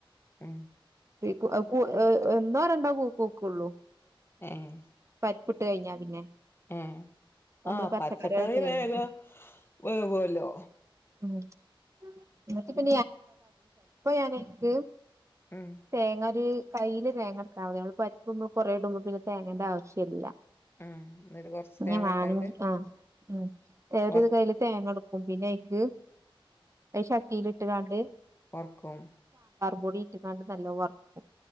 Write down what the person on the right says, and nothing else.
കുഎ കുഎ ഏ എന്നാ രണ്ടാ കൂ കുക്കുള്ളൂ
പരിപ്പിട്ട് കഴിഞ്ഞാ പിന്നെ
നമ്മള്
പച്ചക്കറികൾ
ഇട്ട് കഴിഞ്ഞ
ഉം
മ് <unintelligible> അപ്പ എനക്ക്
തേങ്ങ ഒര് കൈയില് തേങ്ങവക്കമതി നമ്മൾ പരിപ്പ് <unintelligible> കൊറ ഇടുമ്പോ പിന്ന തേങ്ങേണ്ട ആവി ശില്ല
<unintelligible>
മ്
ഇവര്
ഇത് കയ്യില് തേങ്ങ <unintelligible> അധ് ചാറ്റിയിൽ ഇട്ട് കാണ്ട്
പൊടി ഇട്ട് കാണ്ട് നല്ല വർക്കും